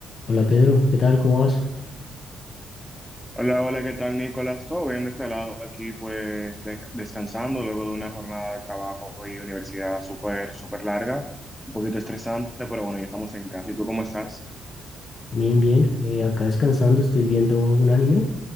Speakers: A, on the left (about 50°); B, in the centre.
A: Hola Pedro, ¿qué tal? ¿Cómo vas?
B: Hola, hola, ¿qué tal, Nicolás? Todo bien de este lado aquí, pues de- descansando luego de una jornada de trabajo y universidad súper, súper larga, un poquito estresante, pero bueno, ya estamos en casa. ¿Y tú cómo estás?
A: Bien, bien. eh, acá descansando, estoy viendo un anime.